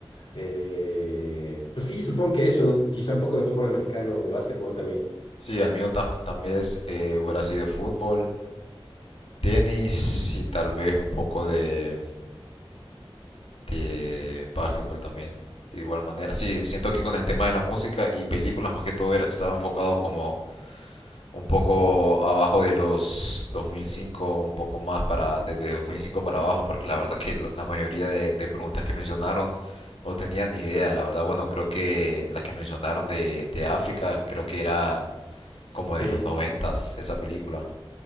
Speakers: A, on the left; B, on the left.
A: Eh, pues sí, supongo que eso, quizá un poco de fútbol americano o de básquetbol también.
B: Sí, el mío ta- también es, eh, hubiera sido fútbol, tenis y tal vez un poco de, de básquetbol también. De igual manera. Sí, siento que con el tema de la música y películas más que todo era- estaba enfocado como un poco abajo de los 2005, un poco más para desde 2005 para abajo, porque la verdad que la mayoría de, de preguntas que mencionaron no tenían ni idea, la verdad, bueno, creo que la que mencionaron de, de África, creo que era como
A: Sí,
B: de los 90 esa película.